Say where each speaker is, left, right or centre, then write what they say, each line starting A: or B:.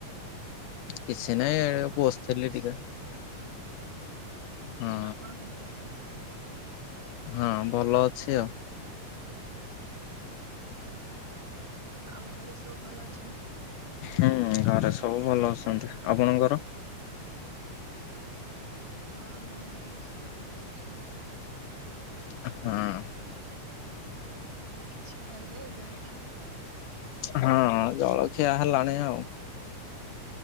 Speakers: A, on the left; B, on the right.
A: କିଛି ନାଇଁ
B: ହଁ ଆଜ୍ଞା
A: ଏ
B: ମୁଁ
A: ବସିଥିଲି
B: ଭଲ ଅଛି।
A: ଟିକେ ହଁ
B: ଆପଣ କେମତି ଅଛନ୍ତି?
A: ହଁ ଭଲ ଅଛି ଆଉ।
B: ଆଉ ଘରେ ସବୁ ଭଲ ଅଛନ୍ତି।
A: ହୁଁ ଘରେ ସବୁ ଭଲ ଅଛନ୍ତି ଆପଣଙ୍କର?
B: ହଁ ଆମ ଘରେ ବି ସବୁ ଭଲ ଅଛନ୍ତି।
A: ହଁ।
B: କିଛି ଖାଇଲେ ଜଳଖିଆ।
A: ହଁ ଜଳଖିଆ ହେଲାଣି ଆଉ।